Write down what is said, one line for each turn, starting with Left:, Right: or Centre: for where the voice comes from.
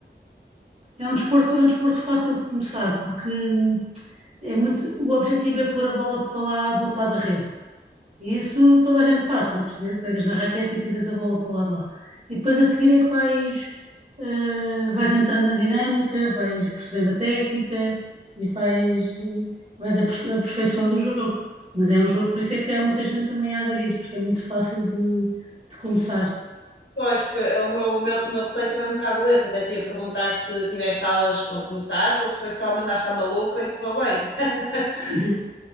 Right: é um desporto, é um desporto fácil de começar porque hum, é muito, o objetivo é pôr a bola para lá do outro lado da rede. E isso toda a gente faz, estás a perceber? Pegas na raquete e tiras a bola para o lado de lá. E depois a seguir é que vais, eh, vais entrando na dinâmica, vais percebendo a técnica e vais, eh, vais aperfo- aperfeiçoando o jogo. Mas é um jogo, por isso é que há muita gente também a aderir, porque é muito fácil de, de começar.
Left: Pois, porque o meu, o meu, o meu receio também é um bocado esse. Até te ia perguntar se tiveste aulas quando começaste ou se foi só mandaste à maluca e correu bem. <laughs>
Right: <laughs>